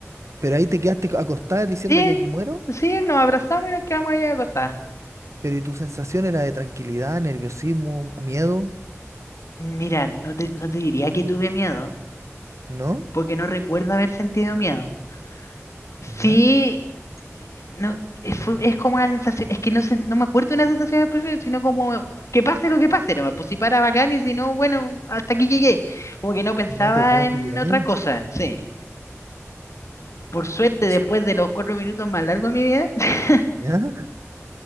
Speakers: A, on the right (about 70°); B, on the left (about 70°).
A: Pero ahí te quedaste acostada diciendo
B: Sí,
A: ya aquí muero,
B: sí, nos abrazamos y nos quedamos ahí acostadas.
A: pero y tu sensación era de tranquilidad, nerviosismo, miedo,
B: Mira, no te, no te diría que tuve miedo,
A: ¿no?
B: porque no recuerdo haber sentido miedo. Sí,
A: ¿Ya?
B: no, es, fue- es como una sensación, es que no, sé, no me acuerdo de una sensación específica, sino como que pase lo que pase, nomás, pues si para bacán y si no, bueno, hasta aquí llegué. Como que no pensaba
A: No te puedo
B: en
A: creer.
B: otra cosa, sí. por suerte, después
A: Chu.
B: de los cuatro minutos más largos de mi vida, <laughs>
A: ¿Ya?